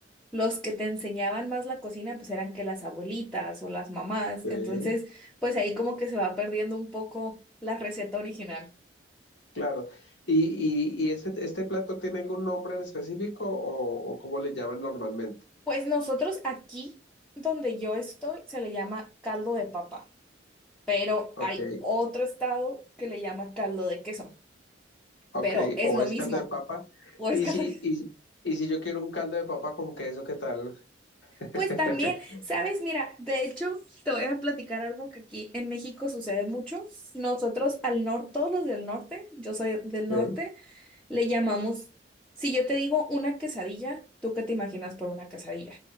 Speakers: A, in the centre; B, on the left.
A: los que te enseñaban más la cocina pues eran que las abuelitas o las mamás,
B: Sí.
A: entonces pues ahí como que se va perdiendo un poco la receta original.
B: Claro. ¿Y, y, y ese, este plato tiene algún nombre en específico o, o cómo le llaman normalmente?
A: Pues nosotros aquí donde yo estoy se le llama caldo de papa, pero
B: Ok,
A: hay otro estado que le llama caldo de queso,
B: ok.
A: pero es
B: ¿O
A: lo
B: es
A: mismo,
B: caldo de papa?
A: o es
B: Y
A: caldo
B: si,
A: de- <laughs>
B: y, y si yo quiero un caldo de papa con queso, ¿qué tal? <laughs>
A: Pues también, ¿sabes? Mira, de hecho, te voy a platicar algo que aquí en México sucede mucho. Nosotros al norte, todos los del norte, yo soy del norte,
B: Sí.
A: Le llamamos, si yo te digo una quesadilla, ¿tú qué te imaginas por una quesadilla?